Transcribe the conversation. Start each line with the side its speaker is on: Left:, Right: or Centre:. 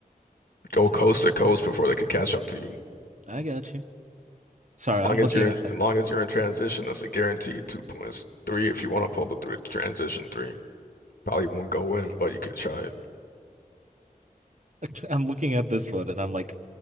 Left: Go
Right: So,
Left: coast to coast before they could catch up to you.
Right: I got you. Sorry,
Left: As long
Right: I'm looking
Left: as you're in,
Right: at.
Left: as long as you're in transition, that's a guaranteed two points. Three, if you want to pull the three, transition three, probably won't go in, but you could try it.
Right: <laughs> I'm looking at this one, and I'm like,